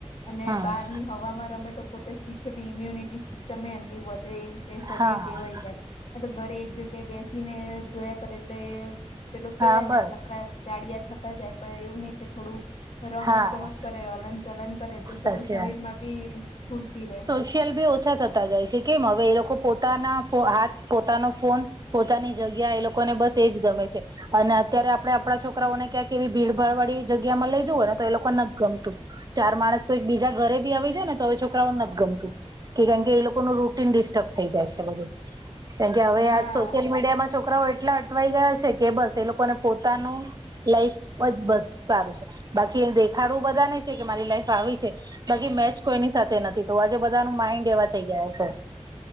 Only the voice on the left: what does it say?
અને
બહારની હવામાં રમે તો પોતે શીખે બી ઈમ્યુનિટી સિસ્ટમ એમ વધે એ રીતે શરીર
ટેવાઈ જાય. આ તો ઘરે એક જગ્યાએ બેસી ને જોયા કરે એટલે પેલું
કેવાય
ને નખરા જાળિયા થતા જાય પણ એવું નહિ કે થોડું રમત
ગમત કર ને હલન ચલન કરે તો
થોડું શરીર માં બી સ્ફૂર્તિ રહેે.
હા